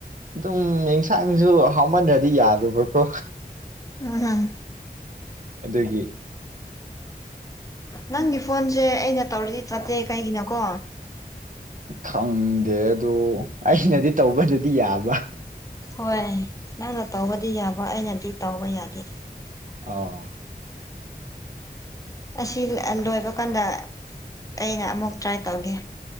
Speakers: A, on the right (about 55°); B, on the left (about 20°).
A: ꯑꯗꯨꯝ ꯑꯦꯟꯁꯥꯡꯖꯨ ꯍꯥꯎꯃꯟꯗ꯭ꯔꯗꯤ ꯌꯥꯗꯕꯀꯣ
B: ꯎꯝꯍꯨꯝ
A: ꯑꯗꯨꯒꯤ
B: ꯅꯪꯒꯤ ꯐꯣꯟꯁꯦ ꯑꯩꯅ ꯇꯧꯔꯗꯤ ꯆꯠꯇꯦ ꯀꯩꯒꯤꯅꯣꯀꯣ
A: ꯈꯪꯗꯦ ꯑꯗꯨ ꯑꯩꯅꯗꯤ ꯇꯧꯕꯗꯗꯤ ꯌꯥꯕ
B: ꯍꯣꯏ ꯅꯪꯅ ꯇꯧꯕꯗꯤ ꯌꯥꯕ ꯑꯩꯅꯗꯤ ꯇꯧꯕ ꯌꯥꯗꯦ
A: ꯑꯧ
B: ꯑꯁꯤ ꯂꯣꯏꯕ ꯀꯥꯟꯗ ꯑꯩꯅ ꯑꯃꯨꯛ ꯇ꯭ꯔꯥꯏ ꯇꯧꯒꯦ